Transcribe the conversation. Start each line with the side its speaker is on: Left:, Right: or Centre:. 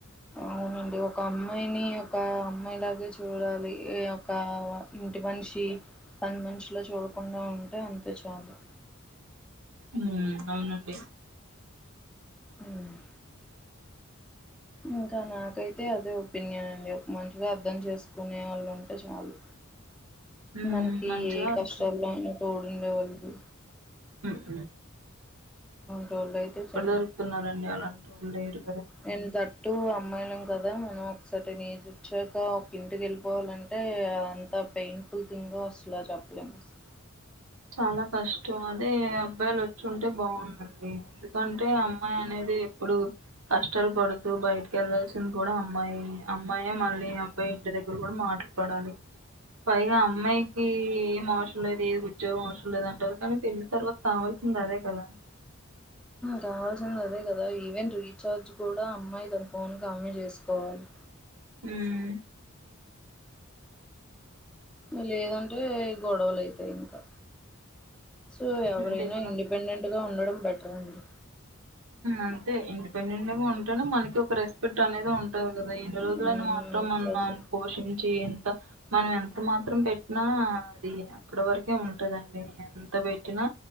Centre: అవునండి ఒక అమ్మాయిని ఒక అమ్మాయిలాగే చూడాలి ఒక ఇంటి మనిషి పనిమనిషిలా చూడకుండా ఉంటే అంతే చాలు
Right: ఉ అవునండి
Centre: హ్మ్ ఇంకా నాకైతే అదే ఒపీనియన్ అండి ఒక మంచిగా అర్థం చేసుకునే వాళ్ళు ఉంటే చాలు
Right: ఉమ్
Centre: మనకి
Right: మంచిగా
Centre: ఏ
Right: అర్థం
Centre: కష్టల్లో అయినా తోడు ఉండే వాళ్ళు
Right: హ్మ్
Centre: రోళు అయితే చే <unintelligible> యండి
Right: దొరుకుతున్నారండి అలాంటోళ్ళు లేరు కదా
Centre: నేంత తట్టు అమ్మాయిలం కదా మనం సర్ ని చుచ్చాక ఒక కంటి గెలుపు <unintelligible> పోవాలంటే అంత పెయిన్ఫుల్ థింగో అసలు చెప్పలేము అసలు
Right: చాలా కష్టం అదే అబ్బాయిలు వచ్చుంటే బాగుందండి ఎందుకం అంటే అమ్మాయి అనేది ఎప్పుడు కష్టాలు పడుతూ బయటికి వెళ్లాల్సింది కూడా అమ్మాయి అమ్మాయే మళ్ళీ అబ్బాయి ఇంటి దగ్గర కూడా మాటలు పడాలి పైగా అమ్మాయికి ఏం అవసరం లేదు ఏ జో అసం లేద అంటారు కానీ పెన్ని తర్వాత కావలసింది అదే కదా <unintelligible>
Centre: కావాల్సింది అదే కదా ఈవెన్ రీఛార్జ్ కూడా అమ్మాయి తన ఫోన్కామె చేసుకోవాలి
Right: హ్మ్
Centre: ఆ లేదంటే గొడవలు ఇంకా సో ఎవరైనా
Right: అంతే కదా
Centre: ఇండిపెండెంట్ గా ఉండడం బెటర్ అండి.
Right: అంత ఇండిపెండెట్ లాగా అ మనకి ఒక రెస్పెక్ట్ అనేది ఉంటది కదా ఎన్ని రోజులనా
Centre: ఉమ్
Right: మాత్రం మన
Centre: సోస
Right: పోషించి ఎంత మనం ఎంత మాత్రం పె నా అది అక్కడ వరకే ఉంటదండి. ఎంత పెట్టినా